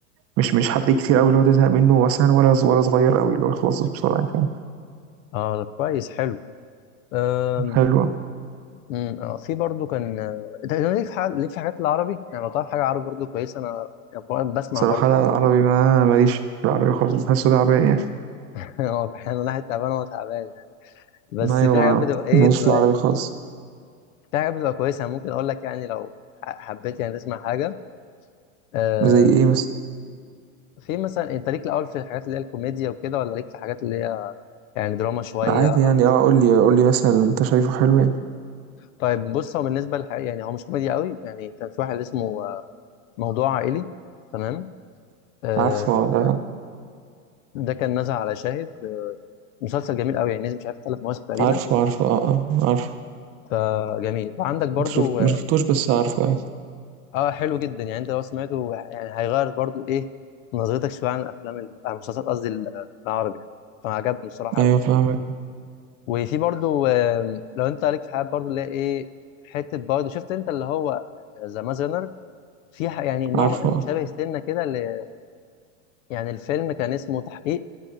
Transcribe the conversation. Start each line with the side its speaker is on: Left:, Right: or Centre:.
Right: مش مش هتلاقيه كتير قوي اللي هو تزهق منه مثلا ولا ص- ولا صغير قوي اللي هو يخلص بسرعة يعني
Left: اه طب كويس حلو أم،
Right: فاهم حلوة
Left: أم، آه، في برضو كان آه، انت أنت ليك في حاجات ليك في حاجات العربي يعني لو تعرف حاجة عربي برضو كويسة انا يعني بقعد بسمع
Right: صراحة
Left: برضو
Right: لا
Left: حاجات
Right: العربي ما ماليش في العربي خالص بحسه تعبان يعني
Left: <laughs> هو احيانا الواحد تعبان هو تعبان يعني بس
Right: ايوه
Left: في
Right: ما
Left: حاجات بتبقى ايه
Right: ماليش
Left: بتبقى
Right: في العربي خالص
Left: في حاجات بتبقى كويسة أنا ممكن اقول لك يعني لو ح- حبيت يعني تسمع حاجة آه،
Right: زي ايه مثلا
Left: في مثلا انت ليك الاول في الحاجات اللي هي الكوميديا وكده ولا ليك في حاجات اللي هي يعني دراما شويه
Right: عادي
Left: او
Right: يعني اه قول لي قول لي مثلا انت شايفه حلو يعني
Left: طيب بص هو بالنسبه للح... يعني هو مش كوميديا قوي يعني كان في واحد اسمه آه، موضوع عائلي تمام آه،
Right: عارفه ده
Left: ده كان نزل على شاهد آه، مسلسل جميل قوي يعني نزل مش عارف ثلاث مواسم تقريبا
Right: عارفه عارفه اه اه عارفه
Left: فجميل وعندك برضو
Right: انت شفت
Left: اه
Right: ما شفتوش بس عارفه يعني
Left: آه، حلو جدا يعني انت لو سمعته يعني هيغير برضو ايه نظرتك شويه عن الافلام ال- عن المسلسلات قصدي ال- آه، العربي يعني فعجبني بصراحه
Right: ايوه
Left: قوي.
Right: فاهمك
Left: وفي برضو آم، لو انت عليك في حاجات برضو اللي هي ايه حته برضو شفت انت اللي هو آه، ذا مازنر في ح- يعني نوع
Right: عارفه
Left: مشابه سنه كده ل... يعني الفيلم كان اسمه تحقيق